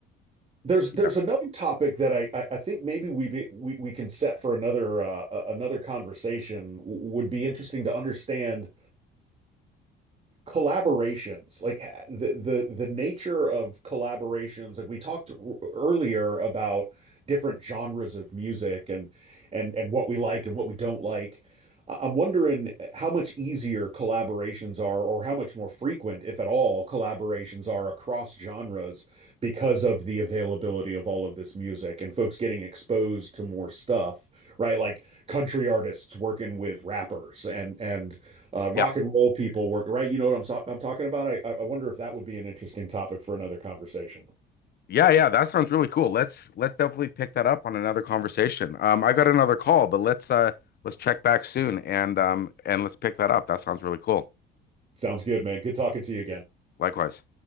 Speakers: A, on the right; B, on the left.
A: There's
B: Yeah.
A: there's another topic that I I I think maybe we be, we we can set for another uh, a- another conversation. W- would be interesting to understand collaborations like the the the nature of collaborations like we talked earlier about different genres of music and and and what we like and what we don't like I- I'm wondering how much easier collaborations are or how much more frequent if at all collaborations are across genres because of the availability of all of this music and folks getting exposed to more stuff right like country artists working with rappers and and uh, rock
B: Yeah.
A: and roll people work, right? You know what I'm so- I'm talking about? I I I wonder if that would be an interesting topic for another conversation.
B: Yeah, yeah, that sounds really cool. Let's let's definitely pick that up on another conversation. Um, I got another call, but let's uh let's check back soon and um and let's pick that up. That sounds really cool.
A: Sounds good, man. Good talking to you again.
B: Likewise.